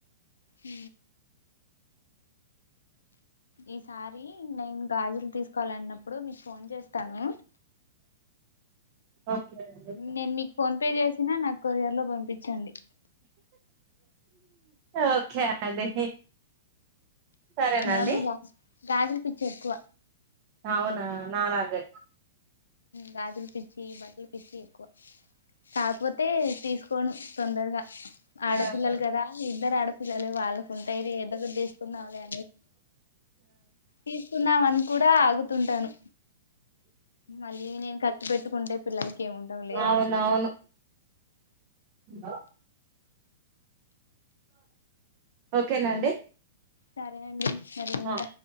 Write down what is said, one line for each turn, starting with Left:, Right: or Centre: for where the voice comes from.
Left: హ ఈసారి నేను గాజులు తీసుకోవలన్నప్పుడు మీకు ఫోన్ చేస్తాను
Right: ఓకే అండి
Left: నేను మీకు ఫోన్ పే చేసినా నాకు కొరియర్ లో పంపించండి
Right: ఓకే అండి సరేనండి
Left: నాకు గాజుల పిచ్చి ఎక్కువ
Right: అవునా నాలగే
Left: గాజుల పిచ్చి బట్టల పిచ్చి ఎక్కువ కాపోతే తీసుకోను తొందరగా ఆడపిల్లలు
Right: ఆహా
Left: కదా ఇద్దరు ఆడపిల్లలు వాళ్ళకు ఉంటయ్ ఎదో ఒకటి తీసుకుందాంలే తీసుకుందాం అని కూడా ఆగుతుంటాను మళ్ళీ నేను ఖర్చు పెట్టుకుంటే పిల్లలకి ఏముండవులే అని
Right: అవునవును
Left: జే
Right: ఆ ఓకేన అండి
Left: సరే అండి మరి ఉంటా
Right: అ